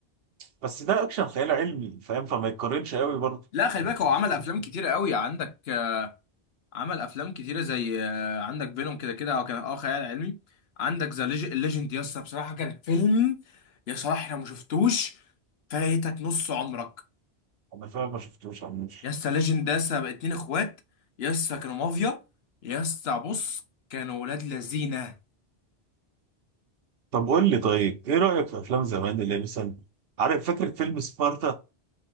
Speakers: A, on the right; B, on the left.
A: بس ده أكشن خيال علمي فاهم فما يتقارنش قوي برضه
B: لا خلي بالك هو عمل افلام كتيره قوي عندك آه، عمل افلام كتيره زي آه، عندك بينهم كده كده هو كان اه خيال علمي عندك ذا ليجند يسا بصراحه كان فيلم يا صلاح لو ما شفتوش فايتك نص عمرك
A: أنا فاهم ما شفتوش عموش
B: يسا ليجند ده يسا بقى اتنين اخوات يسا كانوا مافيا يسا بص كانوا ولاد لذينه
A: طب قول لي طيب ايه رأيك في افلام زمان اللي هي مثلا عارف فاكر فيلم سبارتا